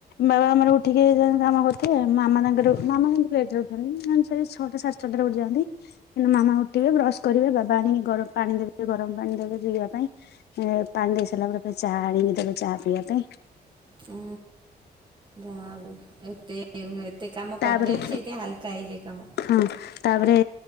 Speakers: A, on the left (about 75°); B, on the right (about 25°).
A: ବାବା ଆମର ଉଠିକି କାମ କରୁଥିବେ ମାମା ତାଙ୍କର <unintelligible> ଛଅଟା ସାଢ଼େ ଛଅ ଟା। <unintelligible> ରେ ଉଠି ଯାଆନ୍ତି। କିନ୍ତୁ ମାମା ଉଠିବେ ବ୍ରଶ କରିବେ ବାବା ଆଣି କି ଗରମ ପାଣି ଦେବେ ଗରମ ପାଣି ଦେବେ ପିଇବା ପାଇଁ। ଏ ପାଣି ଦେଇ ସାରିଲା ପରେ ଚା ଆଣିକି ଦେବେ ଚାହା ପିଇବା ପାଇଁ।
B: ହଁ ଯାହାହଉ ଏତେ ଏତେ କାମ
A: ତାପରେ
B: କରିଦିଅନ୍ତି ସେଇଠି ହାଲକା ହେଇଯାଏ କାମ।
A: ହଁ ତାପରେ